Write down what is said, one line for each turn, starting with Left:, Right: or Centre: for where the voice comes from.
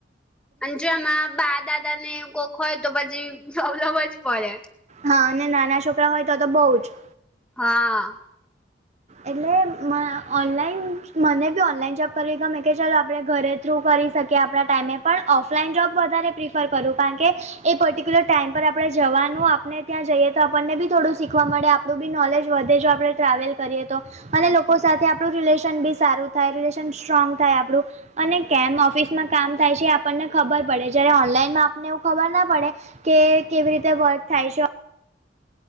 Centre: અને જો એમાં બા દાદા ને કોક હોય તો પછી પ્રોબ્લેમ જ પડે.
Right: હા અને નાના છોકરા હોય તો તો બઉ જ.
Centre: હા
Right: એટલે મ ઓનલાઈન મને બી ઓનલાઈન જોબ કરવી ગમે કે ચાલ આપણે ઘરે થ્રુ કરી શકીએ આપણા ટાઈમે પણ ઓફલાઈન જોબ વધારે પ્રિફર કરું. કારણ કે એ પર્ટિક્યુલર ટાઈમ પર આપણે જવાનું આપને ત્યાં જઈએ તો આપણને બી થોડું શીખવા મળે. આપ આપણું બી નોલેજ વધે જો આપણે ટ્રાવેલ કરીએ. તો અને લોકો સાથે આપણું રિલેશન બી સારું થાય, રિલેશન સ્ટ્રોંગ થાય આપડુ. અને કેમ ઓફિસમાં કામ થાય છે, આપણને ખબર પડે, જયારે ઓનલાઈનમાં આપને એવું ખબર ના પડે. કે કેવી રીતે વર્ક થાય છે?